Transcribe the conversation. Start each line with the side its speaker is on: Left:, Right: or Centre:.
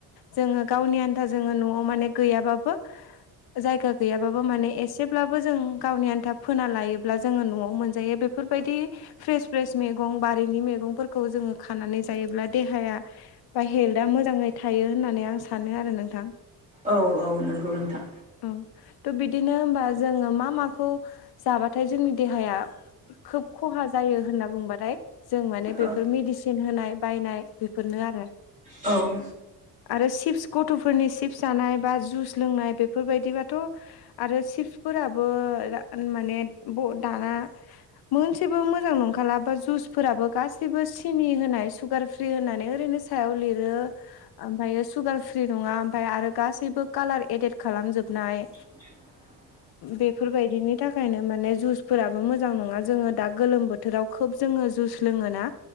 Left: जोङो गावनि आन्था जोङो न'आव माने गैयाबाबो जायगा गैयाबाबो माने एसेब्लाबो जों गावनि आन्था फोना लायोब्ला जोङो न'आव मोनजायो बे फोरबायदि फ्रेस फ्रेस मैगं बारिनि मैगंफोरखौ जोङो खानानै जायोब्ला देहाया बा हेल्था मोजाङै थायो होननानै आं सानो आरो नोंथां
Right: औ औ नंगौ नोंथां
Left: औ त' बिदिनो ओमबा जोङो मा माखौ जाबाथाय जोंनि देहाया खोब खहा जायो होनना बुंबाथाय जों माने बेफोर
Right: औ
Left: मेडिसिन होनाय बायनाय बेफोरनो आरो
Right: औ
Left: आरो सिप्स गथ'फोरनि सिप्स जानाय बा जुस लोंनाय बेफोरबायदिबाथ' आरो चिप्सफोराबो माने ब दाना मोनसेबो मोजां नं खालाबा जुसफोराबो गासैबो सिनि होनाय सुगार फ्रि होनानै ओरैनो सायाव लिरो ओमफ्राय सुगार फ्रि नङा ओमफ्राय आरो गासैबो कालार एडेट खालामजोबनाय
Right: <inaudible>
Left: बेफोरबायदिनि थाखायनो माने जुसफोराबो मोजां नङा जोङो दा गोलोम बो थोराव खोब जोङो जुस लोङोना